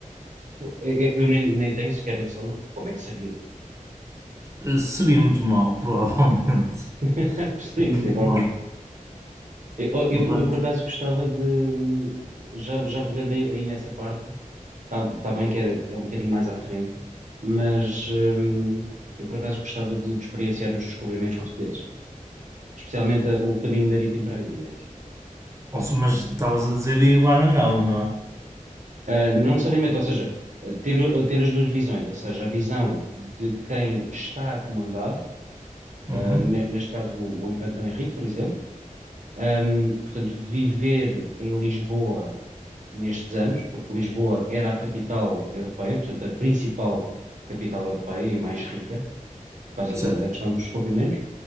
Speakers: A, on the right; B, on the right.
A: Eu, eu- eu nem, nem tenho sequer noção de como é que seria.
B: Eh, Seria muito mal, <laughs> provavelmente.
A: <laughs> Sim,
B: Seria
A: possivelmente.
B: muito mal.
A: Eu, eu-
B: Mas,
A: eu, por acaso gostava de. Já, já pegando aí, aí nessa parte, está tá tá bem que é, é um bocadinho mais à frente, mas hum, eu por acaso gostava de, de experienciar os descobrimentos portugueses, especialmente a- o caminho marítimo para a Índia.
B: mas estavas a dizer ir lá na nau, não é?
A: Uh, não necessariamente, ou seja, uh, ter, uh, ter as duas visões, ou seja, a visão de quem está a comandar, uh,
B: Uhum,
A: ne- neste caso o, o Infante Dom Henrique, por exemplo, um, portanto, viver em Lisboa nestes anos, porque Lisboa era a capital europeia, portanto, a principal capital europeia e mais rica, por causa
B: certo.
A: da, da questão dos descobrimentos,